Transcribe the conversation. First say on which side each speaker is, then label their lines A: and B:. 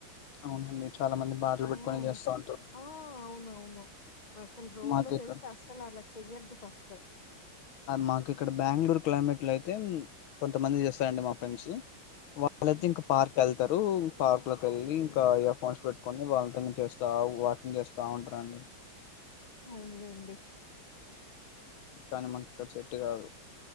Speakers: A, on the left; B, on the left.
A: అవునండి చాలా మంది పాటలు పెట్టుకోనే
B: ఉమ్,
A: చేస్తా ఉంటారు
B: ఆ అవునవును అసలు రోడ్
A: మాకు
B: లో చేస్తే
A: ఇక్కడ
B: అసలు అలా చెయొద్దు ఫస్ట్
A: మాకు ఇక్కడ బెంగళూరు క్లైమేట్ లో అయితే కొంతమంది చేస్తారండి మా ఫ్రెండ్స్ వాళ్ళైతే
B: ఉమ్,
A: ఇంక పార్క్ వెళ్తారు పార్క్ లోకి వెళ్లి
B: ఉమ్,
A: ఇంకా ఇయర్ ఫోన్స్ పెట్టుకొని వాళ్ళ చేస్తా వాకింగ్ చేస్తా ఉంటారండి
B: అవునులేండి
A: కానీ మనకి ఇక్కడ సేట్టు కాదు